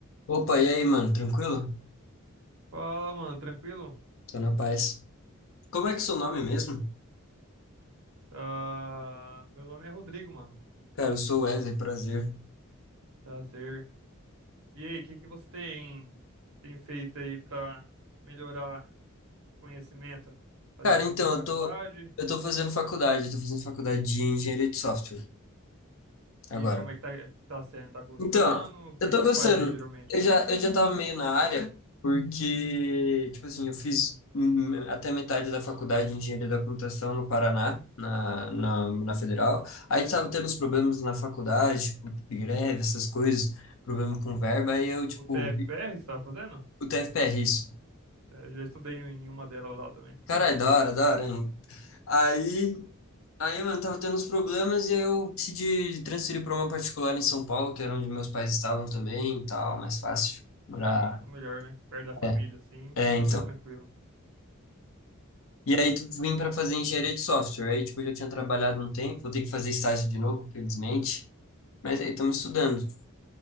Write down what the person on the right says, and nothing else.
Fala, mano, tranquilo?
Ah, meu nome é Rodrigo, mano.
Prazer. E aí, o que que você tem, tem feito aí pra melhorar o conhecimento? Fazendo
alguma faculdade?
E como é que tá, tá sendo? Tá gostando?
O que
que tu
faz aí geralmente?
O TFPR
você tá fazendo?
É, já estudei em uma delas lá também.
<laughs>
É, fica melhor, né? Perto da família,
assim,
é mais tranquilo.